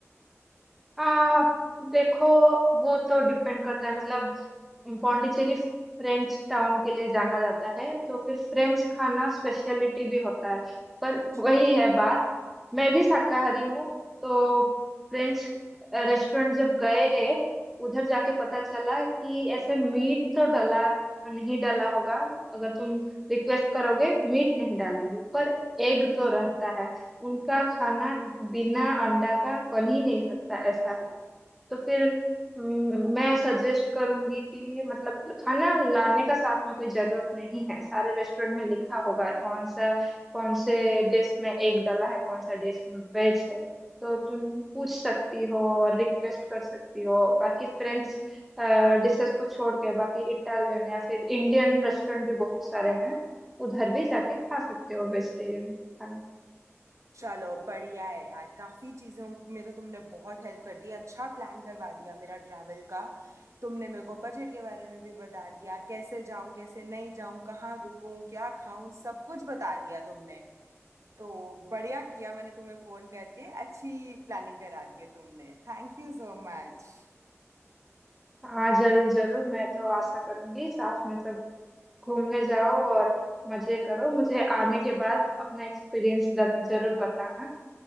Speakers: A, in the centre; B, on the right.
A: आ, देखो वो तो डिपेंड करता है मतलब पौंडीचेरी फ्रेंच टाउन के लिए जाना जाता है तो फिर फ्रेंच खाना स्पेशलिटी भी होता है पर
B: अच्छा
A: वही है बात मैं भी शाकाहारी हूँ तो फ्रेंच रेस्टोरेंट जब गए एक उधर जाके पता चला कि ऐसे मीट तो डाला नहीं डाला होगा अगर तुम रिक्वेस्ट करोगे मीट नहीं डालेंगे पर एग तो रहता है उनका खाना बिना अंडा का बन ही नहीं सकता ऐसा है तो फिर हम्म, मैं सजेस्ट करूंगी कि मतलब खाना लाने का साथ में कोई जरूरत नहीं है सारे रेस्टोरेंट में लिखा होगा कौन सा कौन से डिश में एग डला है कौन सा डिश वेज है तो तुम पूछ सकती हो और रिक्वेस्ट कर सकती हो बाकी फ्रेंच डिशेस को छोड़ के बाकी इटालियन या फिर इंडियन रेस्टोरेंट भी बहुत सारे हैं उधर भी जाके खा सकते हो वेजिटेरियन खाना
B: चलो बढ़िया है यार काफ़ी चीज़ों में तो तुमने बहुत हेल्प कर दी अच्छा प्लान करवा दिया मेरा ट्रैवल का तुमने मेरे को बजट के बारे में भी बता दिया कैसे जाऊं कैसे नहीं जाऊं कहाँ रुकूं क्या खाऊं सब कुछ बता दिया तुमने तो बढ़िया किया मैंने तुम्हें फ़ोन करके अच्छी प्लानिंग करा दी है तुमने थैंक यू सो मच
A: हाँ जरूर जरूर मैं तो आशा करूंगी साथ में सब घूमने जाओ और मजे करो मुझे आने के बाद अपना एक्सपीरियंस जरूर बताना